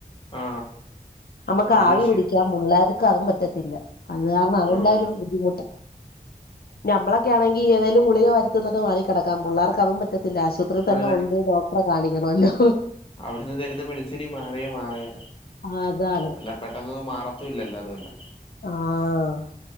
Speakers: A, on the left (about 35°); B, on the left (about 80°).
A: ആ
B: അമ്മക്ക്
A: അതാണ്
B: ആവി
A: വിഷയം
B: പിടിക്കാം. പുള്ളേർക്ക് അതും പറ്റത്തില്ല. അത് കാരണം അതെന്നൊരു
A: ആ
B: ബുദ്ധിമുട്ടാ. നമ്മളൊക്കെ ആണങ്കി ഏതെലും ഗുളിക വാരി തിന്ന്ട്ട് മാറി കിടക്കും. ക്കാം. പിള്ളേർക്ക് അതും പറ്റത്തില്ല. ആശുപത്രിതന്നെ
A: അത്
B: കൊണ്ട് പോയ്‌ ഡോക്ടറെ കാണിക്കണല്ലോ
A: അവിട്ന്ന് തെരുന്ന മെഡിസിനി മാറിയാ മാറിയ
B: ആ, അതാണ്
A: അല്ല- പെട്ടന്നൊന്നും മാറത്തും ഇല്ലല്ലോ അതുകൊണ്ട
B: ആആഹ്